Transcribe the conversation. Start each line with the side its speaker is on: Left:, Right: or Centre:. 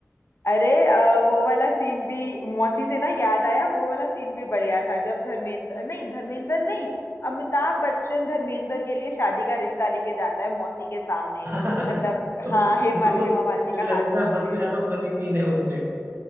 Left: अरे अ, वो वाला सीन भी मौसी से ना याद आया वो वाला सीन भी बढ़िया था जब धर्मेंद्र नहीं धर्मेंद्र नहीं अमिताभ बच्चन धर्मेंद्र के लिए शादी का रिश्ता लेके जाता है मौसी के सामने
Right: आप
Left: मतलब
Right: <laughs> तो
Left: हाँ हेमा
Right: वो तो
Left: हेमा
Right: मुझे
Left: मालिनी का
Right: लगता
Left: हाथ
Right: है
Left: मांगने
Right: सबसे ज्यादा फनी सीन है उसमें